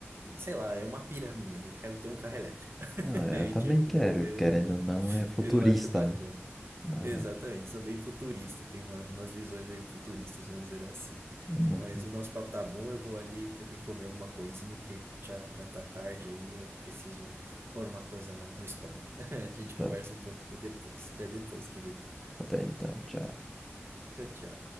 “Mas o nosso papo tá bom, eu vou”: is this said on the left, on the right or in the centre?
Right